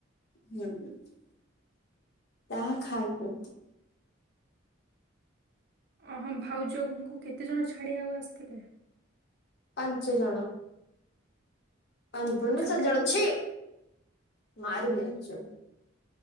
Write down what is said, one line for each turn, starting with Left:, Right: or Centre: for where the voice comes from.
Left: <unintelligible> ତାହା ଖାଇବୁ
Right: ଅ ହଁ ଭାଉଜ ଙ୍କୁ କେତେ ଜଣ ଛାଡ଼ିବାକୁ ଆସିଥିଲେ।
Left: ପାଞ୍ଚଜଣ। ପାଞ୍ଚପରୁଣ
Right: ଓହୋ ଜାଗା
Left: ସଜଅଛି
Right: ହେଲା
Left: ମାରିବି ଜଣିଛୁ।